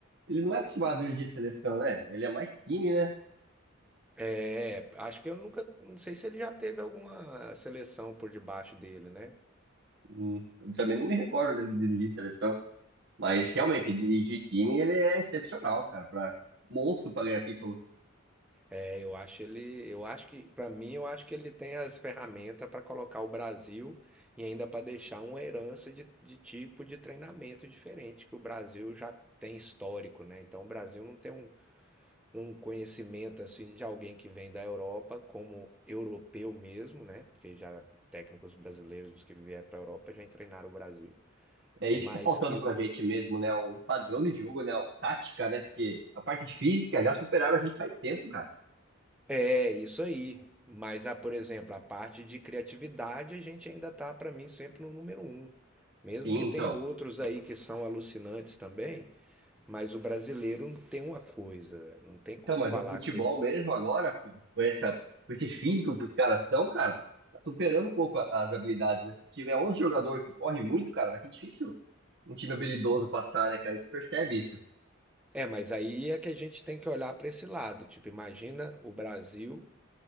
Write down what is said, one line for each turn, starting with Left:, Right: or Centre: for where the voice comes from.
Right: Ele não é acostumado a dirigir seleção, né? Ele é mais time, né?
Centre: É, acho que eu nunca, não sei se ele já teve alguma seleção por debaixo dele, né?
Right: Hum, eu também não me recordo dele dirigir seleção. Mas realmente, dirigir time, ele é excepcional, cara, para monstro para ganhar título.
Centre: É, eu acho ele, eu acho que, pra mim, eu acho que ele tem as ferramentas pra colocar o Brasil e ainda pra deixar uma herança de, de tipo de treinamento diferente que o Brasil já tem histórico, né? Então o Brasil não tem um um conhecimento assim de alguém que vem da Europa, como europeu mesmo, né? Porque já técnicos brasileiros que vieram para a Europa já treinaram o Brasil.
Right: É isso
Centre: Mas
Right: que tá faltando
Centre: que
Right: pra gente mesmo, né? Um padrão de jogo, né? Um Tática, né? Porque a parte física já superaram a gente faz tempo, cara.
Centre: é isso aí. Mas, ah, por exemplo, a parte de criatividade a gente ainda tá, para mim, sempre no número um. Mesmo
Right: Sim,
Centre: que tenha
Right: então.
Centre: outros aí que são alucinantes também, mas o brasileiro tem uma coisa, velho, não tem
Right: Então,
Centre: como
Right: mas
Centre: falar
Right: no futebol
Centre: que o.
Right: mesmo agora, com, com essa, com esse físico que os caras estão, cara, tá superando um pouco a- as habilidades, né? Se tiver 11 jogador que corre muito, cara, vai ser difícil um time habilidoso passar, né, cara? A gente percebe isso.
Centre: É, mas aí é que a gente tem que olhar para esse lado. Tipo, imagina o Brasil